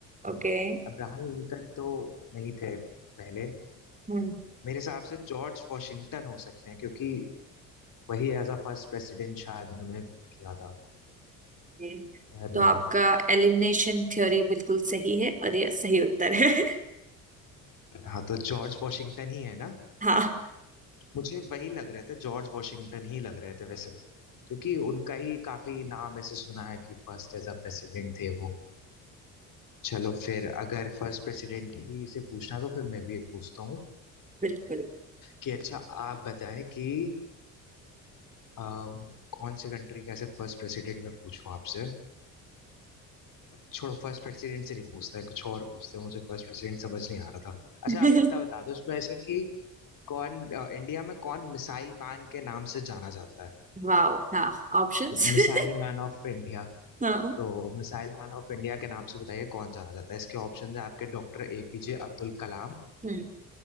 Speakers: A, on the right (about 20°); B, on the left (about 55°).
A: Okay
B: अब्राहम न्यूटन तो नहीं थे पहले
A: Hmm
B: मेरे हिसाब से जॉर्ज वॉशिंगटन हो सकते हैं क्योंकि वही एज अ फर्स्ट प्रेसिडेंट शायद उन्होंने किया था
A: okay. Hmm.
B: पर
A: तो आपका एलिमिनेशन थ्योरी बिल्कुल सही है और यह सही उत्तर है <laughs>
B: अ, हाँ तो जॉर्ज वॉशिंगटन ही है ना
A: हाँ
B: मुझे वही लग रहे थे जॉर्ज वॉशिंगटन ही लग रहे थे वैसे क्योंकि उनका ही काफी नाम ऐसे सुना है कि फर्स्ट एज अ प्रेसिडेंट थे वो चलो फिर अगर फर्स्ट प्रेसिडेंट ही से पूछना तो फिर मैं भी एक पूछता हूँ
A: बिल्कुल
B: कि अच्छा आप बताएं कि अम, कौन से कंट्री का ऐसे फर्स्ट प्रेसिडेंट मैं पूछूं आपसे छोड़ो फर्स्ट प्रेसिडेंट से नहीं पूछते हैं कुछ और पूछते हैं मुझे फर्स्ट प्रेसिडेंट समझ नहीं आ रहा था अच्छा
A: <laughs>
B: आप इतना बता दो उसमें ऐसे कि कौन अ, इंडिया में कौन मिसाइल मैन के नाम से जाना जाता है
A: वाओ हाँ ऑप्शंस
B: Missile
A: <laughs>
B: man of India
A: हाँ
B: तो मिसाइल मैन ऑफ इंडिया के नाम से बताइए कौन जाना जाता है इसके ऑप्शन है आपके डॉक्टर एपीजे अब्दुल कलाम
A: हम्म